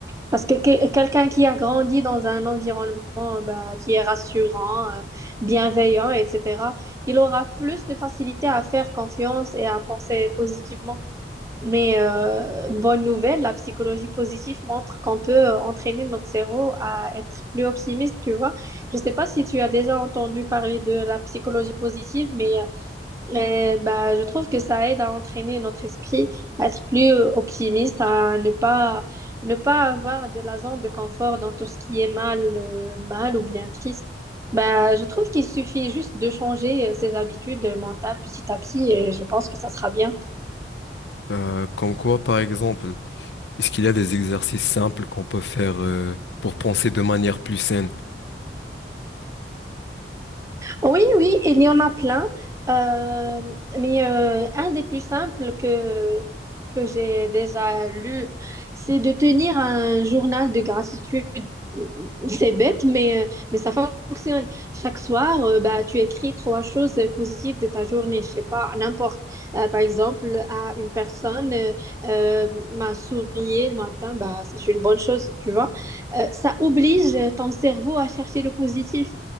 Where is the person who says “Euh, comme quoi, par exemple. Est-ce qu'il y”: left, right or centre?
Left